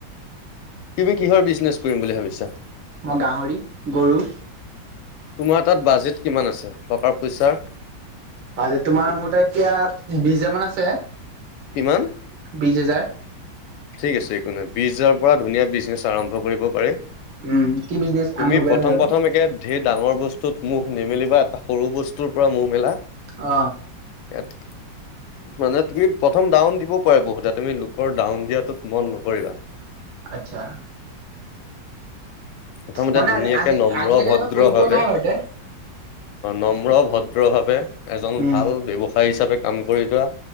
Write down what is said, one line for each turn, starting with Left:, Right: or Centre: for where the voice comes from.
Left: তুমি কিহৰ বিজনেছ কৰিম বুলি ভাবিছা?
Right: মই গাহৰি, গৰু
Left: তোমাৰ তাত বাজেট কিমান আছে টকাৰ পইচাৰ
Right: বাজেট তোমাৰ মোৰ তাত এতিয়া বিশ হাজাৰ মান আছে
Left: কিমান?
Right: বিশ হেজাৰ।
Left: ঠিক আছে একো নহয় বিশ হাজাৰ পৰা ধুনীয়া বিজনেচ আৰম্ভ কৰিব পাৰি
Right: উম কি বিজনেচ
Left: তুমি
Right: আৰম্ভ কৰিলে
Left: প্ৰথম
Right: ভাল হ'ব
Left: প্ৰথম একে ঢেৰ ডাঙৰ বস্তুত মুখ নিমেলিবা এটা সৰু বস্তুৰ পৰা মুখ মেলা
Right: অ
Left: ইয়াত মানে তুমি প্ৰথম ডাউন দিবও পাৰা বহুতে তুমি লোকৰ ডাউন দিয়া তোত মন নকৰিবা
Right: আটচ্ছা
Left: প্ৰথমতে
Right: মানে
Left: ধুনীয়াকে
Right: আজি আজি
Left: নম্ৰ
Right: আজিলৈকে
Left: ভদ্ৰ
Right: এনেকুৱা কৰি
Left: ভাৱে
Right: পোৱা নাই বাৰু তে
Left: নম্ৰ ভদ্ৰ ভাৱে এজন
Right: উম
Left: ভাল ব্যৱসায়ী হিচাপে কাম কৰি যোৱা